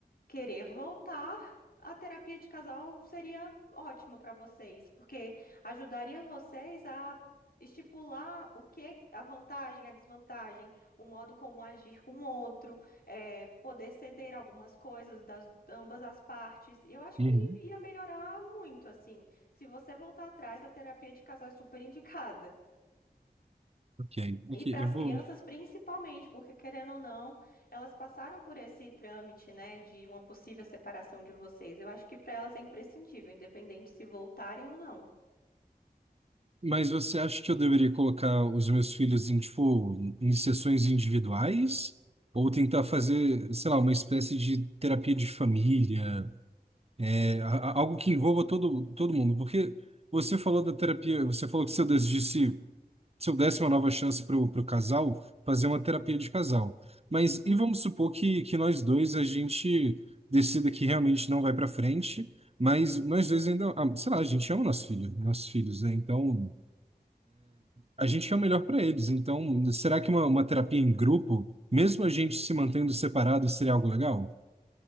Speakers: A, on the left; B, on the right.
A: querer voltar, a terapia de casal seria ótima para vocês, porque ajudaria vocês a estipular o que é a vantagem, a desvantagem, o modo como agir com o outro, eh, poder ceder algumas coisas das ambas as partes. E Eu acho
B: Uhum.
A: que ia melhorar muito, assim. Se você voltar atrás, a terapia de casal é super indicada.
B: Ok, ok,
A: E para as
B: eu vou.
A: crianças principalmente, porque querendo ou não, elas passaram por esse trâmite, né, de uma possível separação de vocês. Eu acho que para elas é imprescindível, independente se voltarem ou não.
B: Mas você acha que eu deveria colocar os meus filhos em, tipo, em sessões individuais? Ou tentar fazer, sei lá, uma espécie de terapia de família? É, a- a- algo que envolva todo, todo mundo? Porque você falou da terapia, você falou que seu desiste. se eu desse uma nova chance para o casal, fazer uma terapia de casal. Mas
A: Uhum.
B: e vamos supor que, que nós dois a gente decida que realmente não vai para frente, mas nós dois ainda, ah, sei lá, a gente ama nosso filho, nossos filhos, né? Então a gente quer o melhor para eles. Então será que uma, uma terapia em grupo, mesmo a gente se mantendo separado, seria algo legal?